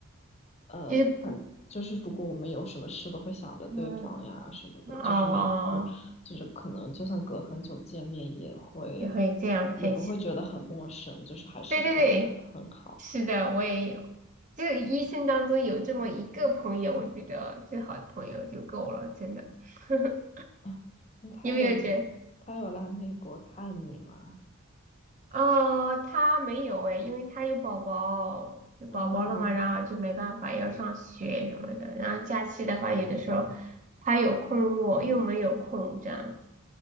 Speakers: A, on the left (about 30°); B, on the right (about 35°).
A: 呃，
B: 就是
A: 反就是如果我们有什么事都会想着对方呀什么的，
B: 嗯哦，
A: 就是每次就是可能就算隔很久见面也会
B: 也会这样配起。
A: 也不会觉得很陌生，就是还是感觉很好。
B: 对对对，是的，我也有。就是一生当中有这么一个朋友，我觉得最好的朋友就够了，真的。<laughs>
A: <laughs> 那他有你，
B: 有没有结？
A: 他有来美国看你吗？
B: 哦，他没有哎，因为他有宝宝，有宝宝了嘛，
A: 嗯。
B: 然后就没办法要上学什么的。然后假期的话，有的时候他有空，我又没有空，这样子。